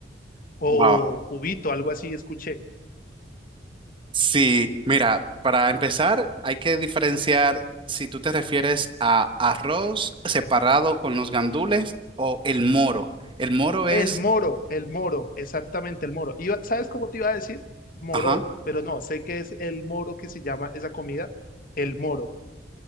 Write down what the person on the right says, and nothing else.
Wow.
Sí, mira, para empezar hay que diferenciar si tú te refieres a arroz separado con los gandules o el moro. El moro es,
ajá,